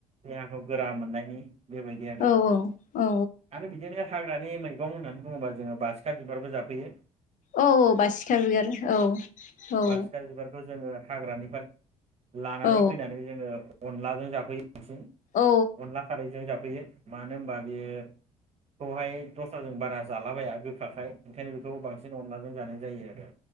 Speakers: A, on the right; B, on the left.
A: देहाखौ गोरा मोननायनि बेबायदि आरो
B: औ औ
A: आरो बिदिनो हाग्रानि मैगं होननानै बुङोबा जोङो बासिखा बिबारबो जाफैयो।
B: औ औ बासिखा बिबार औ औ।
A: बासिखा बिबारखौ जोङो हाग्रानिफ्राय लानानै
B: औ
A: फैनानै जोङो अनलाजों जाफैयो। बांसिन
B: औ
A: अनला खारैजों जाब फैयो मानो होनबा बेयो खौहाय दस्राजों बारा जालाबाया गोखाखाय ओंखायनो बेखौ बांसिन अनलाजों जानाय जायो आरो